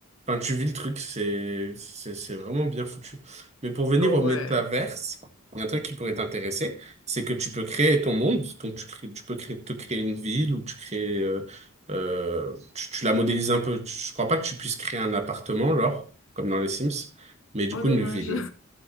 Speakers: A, on the right; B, on the left.
A: enfin, tu vis le truc. C'est, c'est, c'est vraiment bien foutu. Mais pour venir
B: Ah ouais.
A: au métaverse, il y a un truc qui pourrait t'intéresser, c'est que tu peux créer ton monde. Donc, tu, crées- tu peux créer, te créer une ville ou tu crées. euh, euh, tu, tu la modélises un peu. Je crois pas que tu puisses créer un appartement, genre, comme dans les Sims, mais du
B: Oh
A: coup,
B: dommage.
A: une ville.